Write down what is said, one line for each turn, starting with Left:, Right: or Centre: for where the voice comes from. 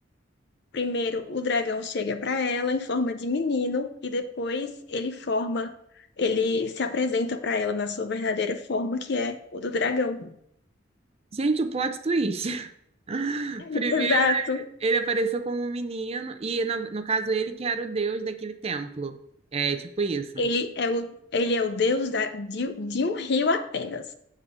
Left: Primeiro, o dragão chega para ela em forma de menino e depois ele forma, ele se apresenta para ela na sua verdadeira forma, que é o do dragão.
Right: Gente, o plot twist. <laughs>
Left: <laughs>
Right: Primeiro,
Left: Exato.
Right: ele apareceu como um menino e, no, no caso, ele que era o deus daquele templo. É, tipo isso.
Left: Ele é o, ele é o deus da- de, de um rio apenas.